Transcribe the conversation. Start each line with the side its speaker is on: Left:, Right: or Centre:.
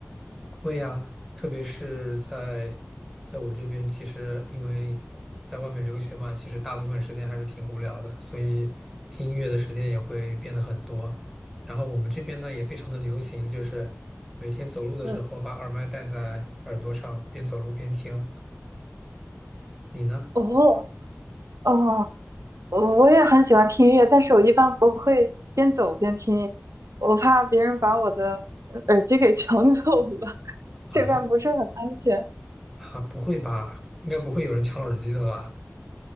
Centre: 会呀，特别是在在我这边，其实因为在外面留学嘛，其实大部分时间还是挺无聊的，所以听音乐的时间也会变得很多。然后我们这边呢也非常的流行，就是每天走路的时候把耳麦戴在耳朵上，
Right: 嗯，
Centre: 边走路边听。你呢？
Right: 哦哦，我我也很喜欢听音乐，但是我一般不会边走边听，我怕别人把我的呃耳机给 <laughs> 抢走了，<laughs>
Centre: 啊
Right: 这边不是很安全。
Centre: 啊，不会吧？应该不会有人抢耳机的吧？